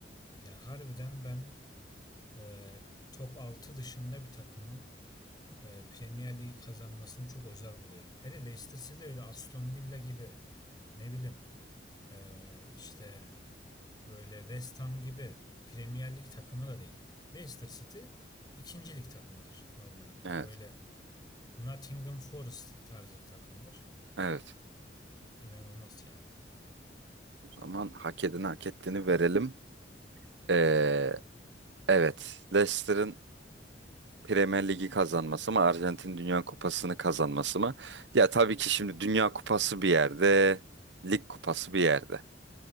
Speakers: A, on the left; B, on the right.
A: yani harbiden ben e, top 6 dışında bir takımın e, Premier Ligi kazanmasını çok özel buluyorum. Hele Leicester City öyle Aston Villa gibi ne bileyim e, işte böyle West Ham gibi Premier Lig takımı da değil. Leicester City ikinci lig takımıdır normalde.
B: Evet.
A: Böyle Nottingham Forest tarzı bir takımdır.
B: Evet.
A: İnanılmaz yani.
B: O zaman hak edeni hak ettiğini verelim. Ee, evet. Leicester'ın Premier Ligi kazanması mı? Arjantin Dünya Kupası'nı kazanması mı? Ya tabii ki şimdi Dünya Kupası bir yerde, Lig Kupası bir yerde.